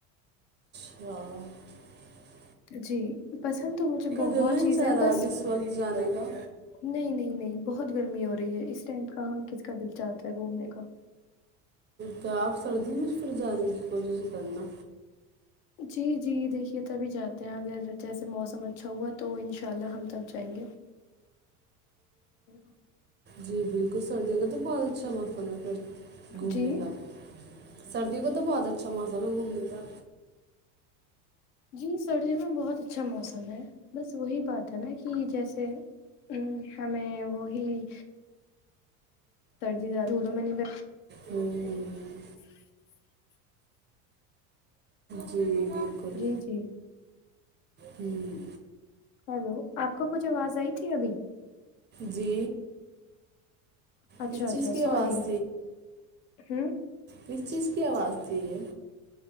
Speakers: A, on the right; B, on the left.
A: و <unintelligible>
B: جی پسند تو مجھے بہت
A: دل نہیں
B: چیزیں
A: چاہ رہا
B: بس
A: اب اس وقت جانے کا
B: نہیں نہیں نہیں بہت گرمی ہو رہی ہے اس ٹ کہاں کس کا دل چاتا ہے گھومنے کا
A: کیا آپ سردیوں میں چ ہپھر جانے کی کوشش کرنا
B: جی جی دیکھیے تبھی جاتے ہیں اگر جیسے موسم اچھا ہوا تو ان شاء اللہ ہم تب جائیں گے <inaudible>
A: جی بالکل سردیوں کا تو بہت اچھا موسم ہے پر گن
B: جی
A: کا سردی کو تو بہت اچھا موسم ہے گھومنے کا
B: جی سردیوں میں بہت اچھا موسم ہے بس وہی بات ہے نا کہ جیسے ا ہمیں وہی سرد دار دولو منی ب
A: ہوں جی بالکل
B: جی جی
A: ہوں
B: ہلو آپ کو کچھ آواز آئی ا ابھی
A: جی
B: اچھا
A: کس
B: اچھا
A: چیز کی
B: سور
A: آواز
B: ہ
A: اس چیز کی آواز چی ہے